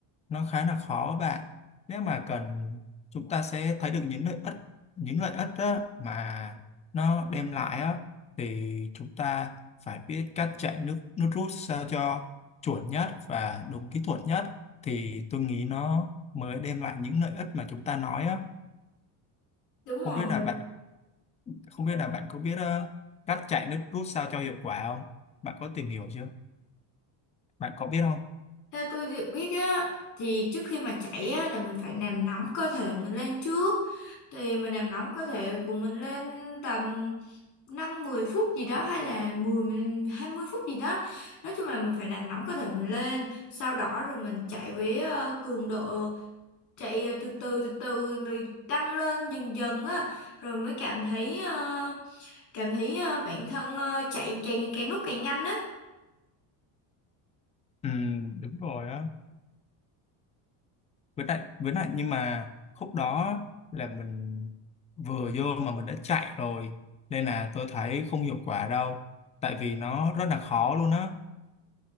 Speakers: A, on the left (about 15°); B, on the left (about 45°).
A: nó khá là khó bạn nếu mà cần chúng ta sẽ thấy được những lợi ích những lợi ích á, mà nó đem lại á, thì chúng ta phải biết cách chạy nước nước rút sao cho chuẩn nhất và đúng kỹ thuật nhất thì tôi nghĩ nó mới đem lại những lợi ích mà chúng ta nói á.
B: đúng rồi
A: Không biết là bạn không biết là bạn có biết ờ, cách chạy nước rút sao cho hiệu quả không? Bạn có tìm hiểu chưa? Bạn có biết không?
B: theo tôi được biết á thì trước khi mà chạy á là mình phải làm nóng cơ thể mình lên trước thì mình làm nóng cơ thể của mình lên tầm năm mười phút gì đó hay là 10 mình- 20 phút gì đó nói chung là mình phải làm nóng cơ thể mình lên sau đó rồi mình chạy với ờ, cường độ chạy ờ, từ từ từ từ rồi tăng lên dần dần á rồi mới cảm thấy ờ, cảm thấy ờ, bản thân ờ, chạy càng càng lúc càng nhanh á
A: Ừ, đúng rồi á. với lại với lại nhưng mà khúc đó là mình vừa vô mà mình đã chạy rồi nên là tôi thấy không hiệu quả đâu tại vì nó rất là khó luôn á